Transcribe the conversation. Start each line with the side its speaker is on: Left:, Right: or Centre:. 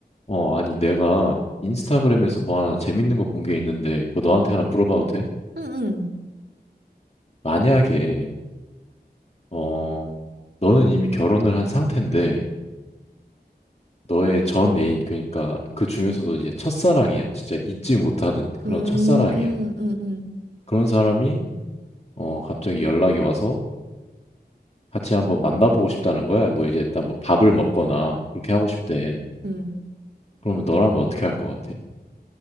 Left: 어, 아니, 내가 인스타그램에서 뭐 하나 재밌는 거 본 게 있는데, 그거 너한테 하나 물어봐도 돼?
Right: 응, 응,
Left: 만약에, 어, 너는 이미 결혼을 한 상태인데, 너의 전 애인, 그러니까 그 중에서도 이제 첫사랑이야. 진짜 잊지 못하는 그런
Right: 응,
Left: 첫사랑이야.
Right: 음, 응, 응,
Left: 그런 사람이, 어, 갑자기 연락이 와서 같이 한번 만나보고 싶다는 거야. 뭐 이제 일단 뭐 밥을 먹거나 그렇게 하고 싶대.
Right: 응.
Left: 그러면 너라면 어떻게 할 것 같아?